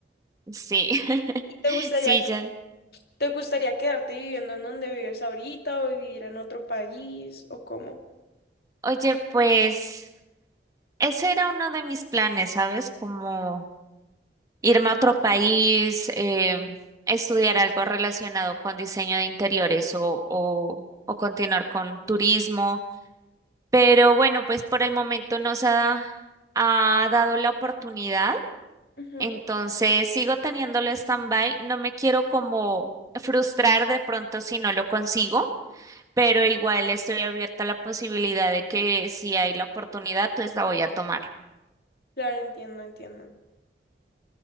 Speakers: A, on the right (about 20°); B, on the left (about 60°).
A: Sí, <laughs>
B: ¿Y te gustaría,
A: sí,
B: que-
A: ya.
B: te gustaría quedarte viviendo en donde vives ahorita o vivir en otro país o cómo?
A: Oye, pues ese era uno de mis planes, ¿sabes? Como irme a otro país, eh, estudiar algo relacionado con diseño de interiores o, o, o continuar con turismo. Pero bueno, pues por el momento nos ha, ha dado la oportunidad,
B: Ujú,
A: entonces sigo teniéndolo stand-by, no me quiero como frustrar de pronto si no lo consigo. Pero igual estoy abierta a la posibilidad de que si hay la oportunidad, pues la voy a tomar.
B: Claro, entiendo, entiendo.